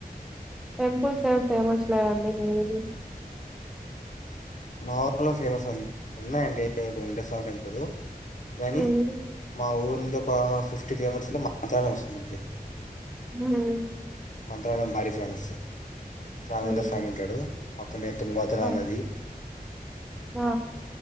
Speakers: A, in the centre; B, on the left.
A: టెంపుల్స్ ఏమి ఫేమస్ లేదండి మీ ఊర్లో
B: మా ఊర్లో ఫేమస్ అ ఉన్నాయండి వెంకట స్వామి టెంపుల్ గానీ
A: మ్మ్.
B: మా ఊరు నుంచి ఒక ఫిఫ్టీ కిలోమీటర్స్కి మంత్రాలయం వస్తుందండి
A: హుమ్
B: మంత్రాాలయం భారీ ఫేమస్ రాఘవేంద్ర
A: మ్మ్.
B: స్వామి ఉంటాడు పక్కనే తుంగబద్రా
A: ఆ
B: నది
A: ఆ